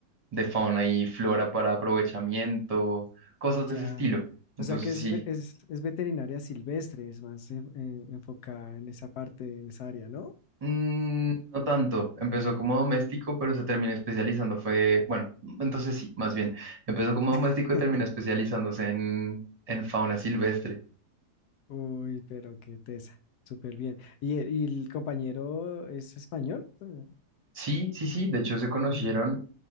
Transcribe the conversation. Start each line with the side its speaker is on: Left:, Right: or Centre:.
Right: de fauna y flora para aprovechamiento, cosas de
Left: ya.
Right: ese estilo. Entonces
Left: O sea que es,
Right: sí,
Left: ve- es, es veterinaria silvestre, es más eh, eh, enfocada en esa parte, en esa área, ¿no?
Right: Mm, no tanto. Empezó como doméstico, pero se terminó especializando. Fue, bueno, entonces sí, más bien. Empezó como doméstico
Left: <laughs>
Right: y terminó especializándose en, en fauna silvestre.
Left: Uy, pero qué tesa. Súper bien. ¿Y, el y el compañero es español? Eh,
Right: Sí, sí, sí. De hecho, se conocieron
Left: <clears throat>